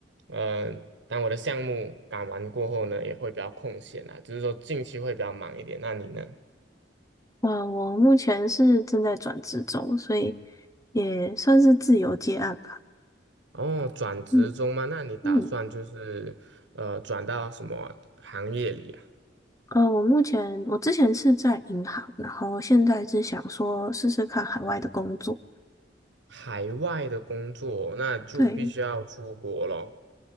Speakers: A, on the right; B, on the left.
A: 呃，当我的项目赶完过后呢，也会比较空闲啊，只是说近期会比较忙一点。那你呢？
B: 呃，我目前是正在转职中，所以也算是自由接案吧。
A: 哦，转职中吗？
B: 嗯
A: 那你打算就是呃转到什么行业里啊？
B: 嗯，呃，我目前我之前是在银行，然后现在是想说试试看海外的工作。
A: 海外的工作，那就必须要出国咯，
B: 对